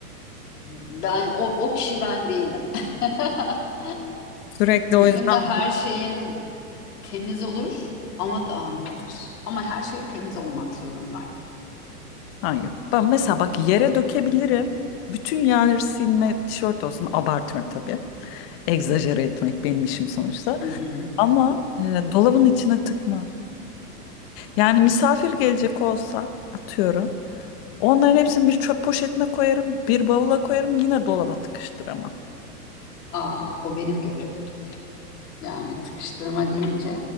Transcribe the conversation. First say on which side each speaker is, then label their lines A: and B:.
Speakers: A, on the left; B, on the left.
A: ben o, o kişi ben değilim. <laughs>
B: Sürekli
A: Benim
B: o yüzden
A: de her şeyim temiz olur ama dağınıktır. Ama her şey temiz olmak zorunda.
B: Ha yok. Ben mesela bak yere dökebilirim. Bütün yer silme tişört olsun. Abartıyorum tabii. Egzajere etmek benim işim sonuçta.
A: Hı hı.
B: Ama e, dolabın içine tıkma. Yani misafir gelecek olsa atıyorum. Onların hepsini bir çöp poşetine koyarım. Bir bavula koyarım. Yine dolaba tıkıştıramam.
A: Aa, o benim görevim. Yani tıkıştırma deyince.